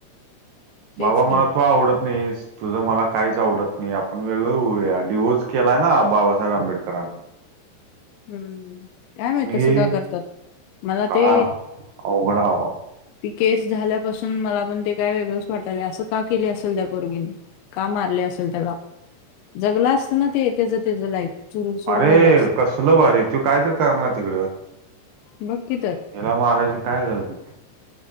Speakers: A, on the left; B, on the right.
A: तेच
B: बाबा मला
A: की
B: तो आवडत नाहीस तुझं मला काहीच आवडत नाही आपण वेगळं होऊया, डिव्होर्स केलाय ना बाबासाहेब आंबेडकरांनी
A: हम्म, काय माहीत
B: पण
A: तसं
B: हे
A: का करतात मला
B: काय
A: ते
B: अवघड हवा
A: ती केस झाल्यापासून मला पण ते काय वेगळंच वाटायल असं का केले असेल त्या पोरगीनं? का मारली असेल त्याला? जगला असताना ते त्यांच त्यांच लाईफ सुरू सुरू
B: अरे!
A: झालं असतं.
B: कसलं भारी तू काय तरी करणार तिकडं
A: बग की तर
B: याला मरायची काय गरज होती.